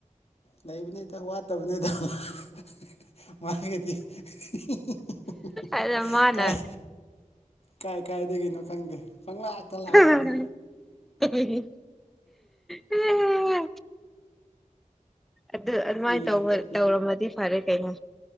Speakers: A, on the left; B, in the centre.
A: ꯂꯩꯕꯅꯤꯗ ꯋꯥꯠꯇꯕꯅꯤꯗ ꯍꯥ ꯍꯥ ꯃꯥꯒꯤꯗꯤ ꯍꯤ ꯍꯤ ꯍꯤ
B: ꯑꯗ ꯃꯥꯅ
A: ꯀꯥꯏ ꯀꯥꯏ ꯀꯥꯏꯗꯒꯤꯅꯣ ꯈꯪꯗꯦ ꯄꯪꯂꯥꯛꯇ ꯂꯥꯛꯄꯅꯤ
B: ꯍꯤ ꯍꯤ ꯍꯤ ꯍꯤ ꯍꯤ ꯑꯗꯨ ꯑꯗꯨꯃꯥꯏꯅ
A: ꯃꯤ
B: ꯇꯧ
A: ꯑꯇ
B: ꯇꯧꯔꯝꯃꯗꯤ ꯐꯔꯦ ꯀꯩꯅꯣ